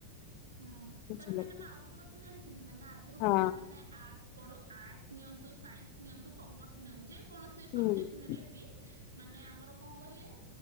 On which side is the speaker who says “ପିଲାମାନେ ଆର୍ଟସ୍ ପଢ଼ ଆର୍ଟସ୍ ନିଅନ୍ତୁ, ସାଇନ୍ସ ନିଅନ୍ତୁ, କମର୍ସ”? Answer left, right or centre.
Right